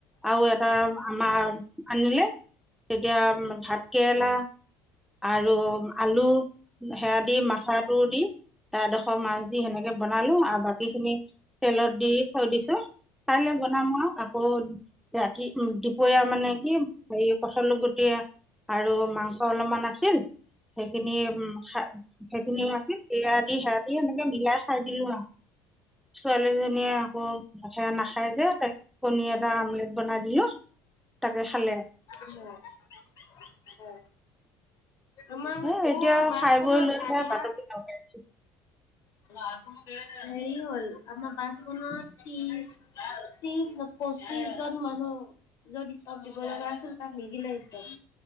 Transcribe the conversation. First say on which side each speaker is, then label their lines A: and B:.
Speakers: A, in the centre; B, on the left (about 55°).
A: আৰু এটা আমাৰ আনিলে। তেতিয়া ভাত কেৰেলা আৰু আলু সেয়া দি মাথাটো দি এডোখৰ মাছ দি সেনেকে বনালো আৰু বাকী খিনি তেলত দি থৈ দিছো কাইলৈ বনাম আৰু আকৌ ৰাতি উম, দুপৰীয়া মানে কি হেৰি পচলা আলুগুটি আৰু মাংস অলপমান সেইখিনি উম সেইখিনিও আছিল বিলাহী সেইয়া দি সেনেকে মিলাই খাই দিলো আৰু। <inaudible> খিনিয়ে আকৌ <unintelligible> নাখাই যে কণী এটা আমলেট বনাই দিলো, তাকে খালে।
B: হয় হয় হয় আমাৰ
A: সেইয়াই আৰু এতিয়া
B: অ
A: আৰু
B: বাছখনত
A: খাই বৈ লৈহে
B: আধা
A: <unintelligible>
B: হেৰি হ'ল আমাৰ বাছখনো ত্ৰিছ ত্ৰিশ ন পঁচিশ জন মানুহ য'ত ষ্টপ দিব লগা আছিল, তাত নিদিলে ষ্টপ,